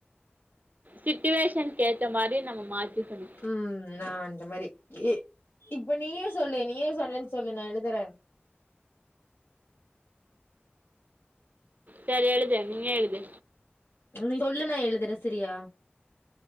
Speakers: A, on the right; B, on the left.
A: சிட்டுவேஷன் கேத்த மாரி நம்ம மாத்திக்கணு
B: ம் நா இந்த மாரி இப்ப நீயே சொல்லே நியூ இயர் சண்டேன்னு சொல்லே நா எழுதறே
A: சேரி எழுது நீயே எழுது
B: நீ சொல்லு நா எழுதறே சரியா